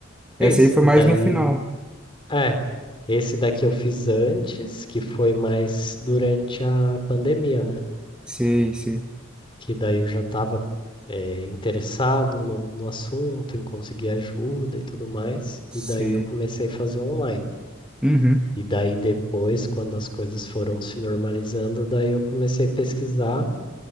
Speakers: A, on the left; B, in the centre.
A: Fez.
B: Essa aí foi
A: E
B: mais
A: daí,
B: no final.
A: é, esse daqui eu fiz antes, que foi mais durante a pandemia, né?
B: Sei, sei,
A: Que daí eu já estava interessado no, no assunto, em conseguir ajuda e tudo mais.
B: sei.
A: E daí eu comecei a fazer online.
B: Uhum,
A: E daí depois, quando as coisas foram se normalizando, daí eu comecei a pesquisar